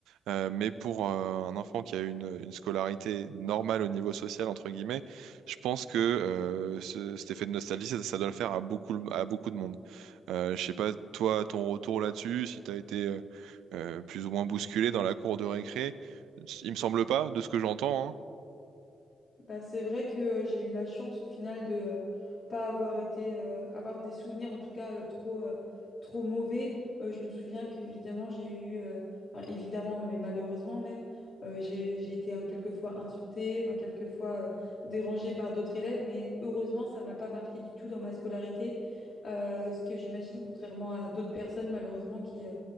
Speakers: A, on the right (about 85°); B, on the left (about 65°).
A: Euh, mais pour euh, un enfant qui a eu une, une scolarité normale au niveau social, entre guillemets, je pense que euh, ce- cet effet de nostalgie, ça, ça doit le faire à beaucoup, à beaucoup de monde. Euh, je sais pas, toi, ton retour là-dessus, si t'as été euh, euh, plus ou moins bousculé dans la cour de récré, il me semble pas, de ce que j'entends, hein.
B: Bah, c'est vrai que euh, j'ai eu la chance au final de euh, pas avoir été euh, avoir des souvenirs en tout cas euh, trop euh, trop mauvais. Euh, je me souviens qu'évidemment j'ai eu euh, enfin, évidemment mais malheureusement même euh, j'ai j'ai été hein, quelquefois insultée, enfin quelquefois euh, dérangée par d'autres élèves, mais heureusement ça m'a pas marqué du tout dans ma scolarité. Euh, ce que j'imagine contrairement à d'autres personnes malheureusement qui